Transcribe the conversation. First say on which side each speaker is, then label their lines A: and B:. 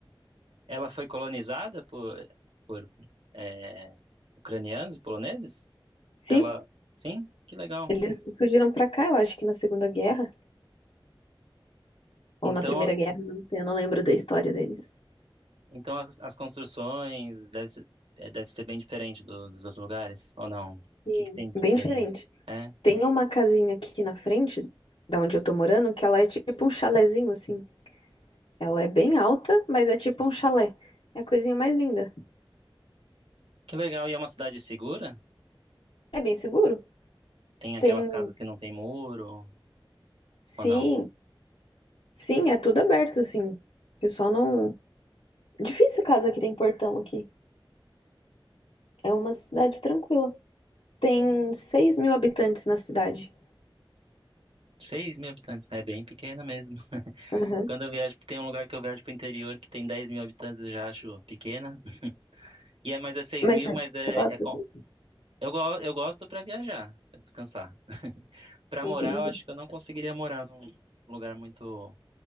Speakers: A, on the right; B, on the left.
A: Ela foi colonizada por, por é, ucranianos e poloneses?
B: Sim,
A: Ela, sim? Que legal.
B: eles fugiram pra cá, eu acho que na Segunda Guerra
A: Então,
B: ou na Primeira Guerra, não sei, eu não lembro da história deles.
A: então as, as construções deve ser, é, deve ser bem diferente do- dos outros lugares, ou não? O
B: Sim.
A: que que tem de
B: Bem
A: diferente?
B: diferente.
A: É,
B: Tem uma casinha aqui na frente, da onde eu tô morando, que ela é tipo um chalezinho assim. Ela é bem alta, mas é tipo um chalé. É a coisinha mais linda.
A: que legal. E é uma cidade segura?
B: É bem seguro.
A: Tem aquela
B: Tem,
A: casa que não tem muro,
B: sim,
A: ou não?
B: sim, é tudo aberto assim. O pessoal não Difícil casa que tem portão aqui. É uma cidade tranquila. Tem seis mil habitantes na cidade.
A: seis mil habitantes, né? É bem pequena mesmo. <laughs>
B: Aham.
A: Quando eu viajo, tem um lugar que eu viajo pro interior que tem 10 mil habitantes, eu já acho pequena. E é, mas é 6
B: Mas
A: mil,
B: você
A: mas é,
B: você gosta
A: é co-
B: assim?
A: eu, go- eu gosto pra viajar, pra descansar. Pra
B: Entendi.
A: morar, eu acho que eu não conseguiria morar num lugar muito